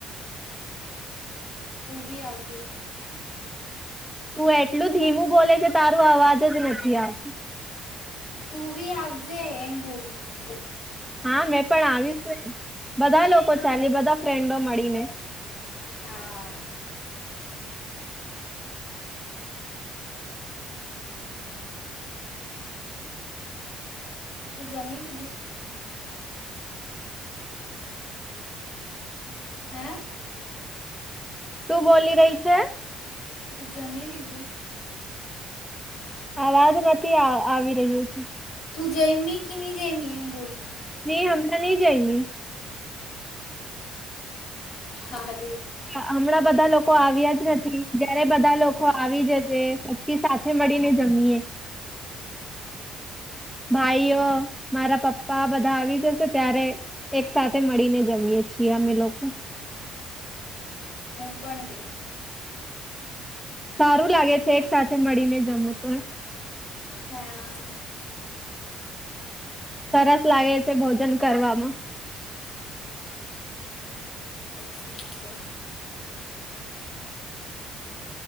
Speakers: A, on the left (about 65°); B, in the centre.
A: તું બી <unintelligible>
B: તું એટલું ધીમું બોલે છે, તારું અવાજ જ નથી આવતું.
A: તું બી આવજે એમ બોલ છું.
B: હા મેં પણ આવીશ ને બધા લોકો
A: હા
B: ચાલી બધા ફ્રેન્ડો મળીને.
A: હા તું જમી લીધું. હે.
B: શું બોલી રહી છે.
A: તું જમી લીધું.
B: અવાજ નથી આવી રહ્યો છે.
A: તું જઈમી <unintelligible> જઈમી એમ બોલ <unintelligible>
B: <unintelligible> હમણા નહી જાયમી.
A: <inaudible>
B: હમણાં બધા લોકો આવ્યા જ નથી જયારે બધા લોકો આવી જશે પછી સાથે મળીને જમીએ ભાઈઓ મારા પપ્પા બધા આવી જશે ત્યારે એક <unintelligible> મળીને જમીય છીએ અમે લોકો.
A: પણવી
B: સારું લાગે છે એક સાથે મળીને જમો તો
A: હા
B: સરસ લાગે છે ભોજન કરવામાં
A: એટલું જ છે